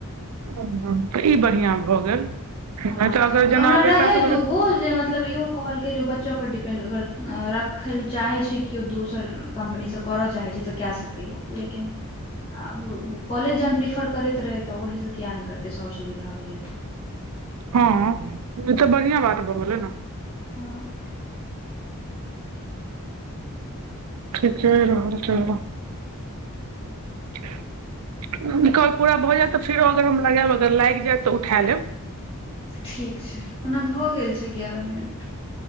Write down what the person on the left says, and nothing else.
हँ
ओना
रहै
दूगो जे मतलब इहो कहल के जो बच्चा पर डिपेंड अगर रखय लए चाहै छै केओ दोसर कम्पनीसँ करय चाहै छै तऽ कए सकै कहिया लेकिन आ उ कॉलेज जखन प्रिफर करैत रहै तऽ ओहीसँ किएक नहि करतै सभ सुविधा मिलैत रहै
हँ
ठीक छै ओना भऽ गेल छै ग्यारह मिनट